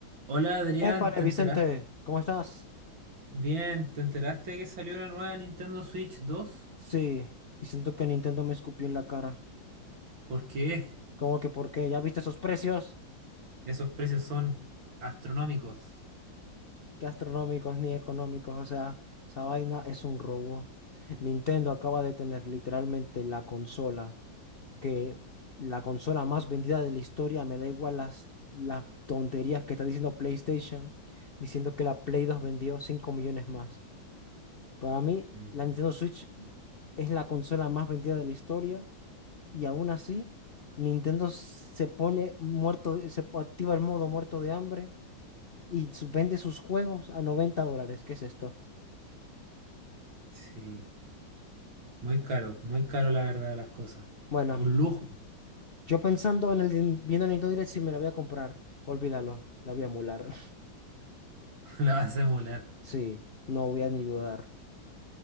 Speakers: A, on the right (about 70°); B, on the left (about 45°).
A: Hola Adrián,
B: Épale,
A: ¿te
B: Vicente,
A: enteraste?
B: ¿cómo estás?
A: Bien, ¿te enteraste que salió la nueva Nintendo Switch 2?
B: Sí, y siento que Nintendo me escupió en la cara.
A: Porque
B: ¿Cómo que por qué? ¿Ya viste esos precios?
A: <laughs> esos precios son astronómicos.
B: Qué astronómicos ni económicos, o sea, esa vaina es un robo. Nintendo acaba de tener literalmente la consola, que la consola más vendida de la historia, me da igual las, las tonterías que está diciendo PlayStation, diciendo que la Play 2 vendió 5 millones más. Para mí,
A: Mm.
B: la Nintendo Switch es la consola más vendida de la historia Y aún así, Nintendo se pone muerto, de- se activa el modo muerto de hambre y su- vende sus juegos a 90 dólares. ¿Qué es esto?
A: Sí, muy caro, muy caro la verdad de las cosas.
B: Bueno,
A: Un lujo,
B: yo pensando en el din- viendo el Nintendo Direct, si me la voy a comprar, olvídalo, la voy a emular. <laughs>
A: <laughs> la vas a emular.
B: Sí, no voy a ni dudar.